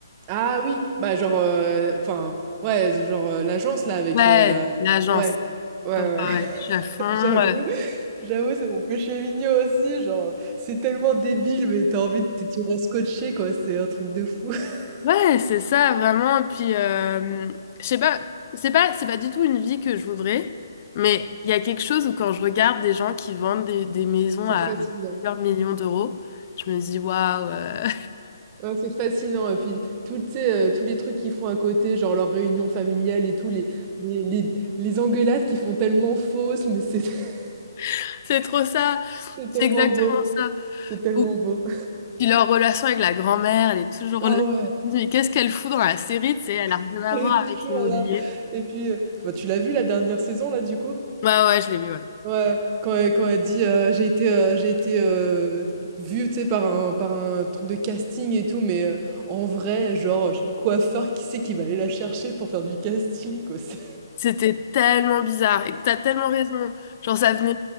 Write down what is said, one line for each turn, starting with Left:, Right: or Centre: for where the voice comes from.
Right: Ah oui, bah genre, heu, enfin, ouais, genre, heu, l'agence là avec
Left: Ouais,
Right: les, heu,
Left: l'agence.
Right: ouais, ouais,
Left: Ouais,
Right: ouais,
Left: ouais, je suis à fond.
Right: <laughs> j'avoue,
Left: euh,
Right: j'avoue, c'est mon péché mignon aussi, genre, c'est tellement débile, mais t'as envie de t tu restes scotché quoi, c'est un truc de fou. <laughs>
Left: Ouais, c'est ça, vraiment. Puis, euh, je sais pas, c'est pas, c'est pas du tout une vie que je voudrais, mais il y a quelque chose où quand je regarde des gens qui vendent des, des maisons
Right: C'est
Left: à
Right: fascinant.
Left: plusieurs millions d'euros, je me dis, waouh, euh,
Right: Ouais, c'est fascinant et puis tout, tu sais, heu, tous les trucs qu'ils font à côté, genre leurs réunions familiales et tout, les les les les engueulades qu'ils font tellement fausses, mais c'est <laughs>
Left: <laughs> c'est trop ça,
Right: c'est
Left: c'est
Right: tellement
Left: exactement
Right: beau,
Left: ça.
Right: c'est tellement
Left: Ou,
Right: beau.
Left: puis leur relation avec la grand-mère, elle est toujours
Right: Ah
Left: là.
Right: ouais.
Left: Mais qu'est-ce qu'elle fout dans la série, tu sais, elle a rien
Right: <laughs>
Left: à
Right: Elle
Left: voir
Right: est
Left: avec
Right: toujours
Left: l'immobilier.
Right: là et puis, heu, enfin, tu l'as vu la dernière saison là du coup?
Left: Ouais, ouais, je l'ai vu, ouais.
Right: Ouais, quand elle quand elle dit, heu: «J'ai été, heu, j'ai été, heu, vue, tu sais, par un par un truc de casting et tout», mais, heu, en vrai, genre, chez le coiffeur, qui sait qui va aller la chercher pour faire du casting quoi? C'est
Left: C'était tellement bizarre. Et t'as tellement raison. Genre, ça venait.